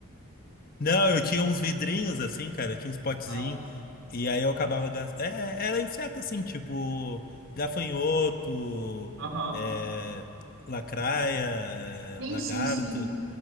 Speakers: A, on the left; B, on the right.
A: Não, eu tinha uns vidrinhos, assim, cara, eu tinha uns potezinhos,
B: Ah,
A: e aí eu acabava gastando. É, era inseto, assim, tipo gafanhoto,
B: Aham.
A: é, lacraia,
B: Sim,
A: lagarto.
B: sim, sim.